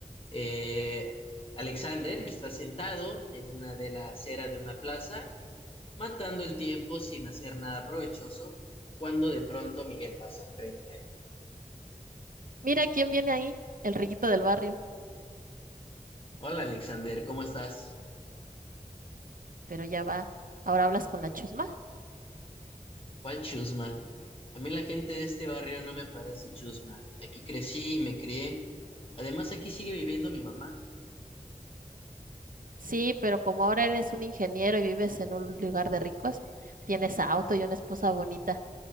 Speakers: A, on the left (about 40°); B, on the right (about 75°).
A: Eh, Alexander está sentado en una de las aceras de una plaza, matando el tiempo sin hacer nada provechoso, cuando de pronto Miguel pasa frente a él.
B: Mira quién viene ahí, el riquito del barrio.
A: Hola Alexander, ¿cómo estás?
B: Pero ya va. ¿Ahora hablas con la chusma?
A: ¿Cuál chusma? A mí la gente de este barrio no me parece chusma. Aquí crecí y me crié. Además, aquí sigue viviendo mi mamá.
B: Sí, pero como ahora eres un ingeniero y vives en un lugar de ricos, tienes auto y una esposa bonita.